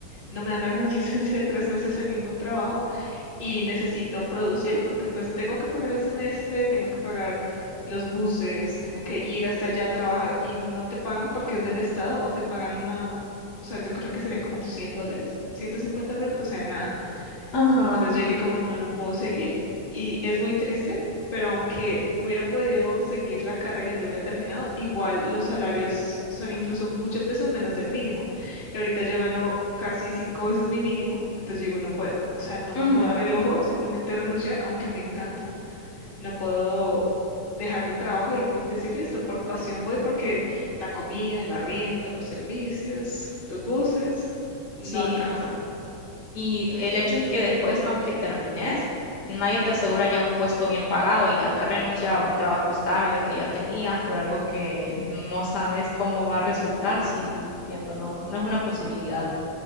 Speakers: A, on the left; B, on the left.
A: no me van a dar una <laughs> licencia de tres meses en ningún trabajo. y necesito producir porque pues tengo que pagar el semestre, tengo que pagar los buses, tengo que ir hasta allá a trabajar y no te pagan porque es del Estado o te pagan una, o sea, yo creo que serían como 100 dólares, 150 dólares, o sea, nada.
B: Ajá.
A: Entonces yo dije como no, no puedo seguir y es muy triste, pero aunque hubiera podido seguir la carrera y lo hubiera terminado, igual los salarios son incluso muchas veces menos del mínimo. Y ahorita yo gano casi cinco veces mi mínimo, entonces digo no puedo, o sea, no me
B: Ujú,
A: puedo dar el lujo simplemente renunciar, aunque me encanta, no puedo dejar mi trabajo y li- decir listo, por pasión voy porque la comida, el arriendo, los servicios, los buses, no
B: Sí,
A: alcanza.
B: no. Y el hecho es que después, aunque termines, nadie te asegura ya un puesto bien pagado y haber renunciado a un trabajo estable que ya tenías por algo que no sabes cómo va a resultar, sí, entiendo, no, no es una posibilidad.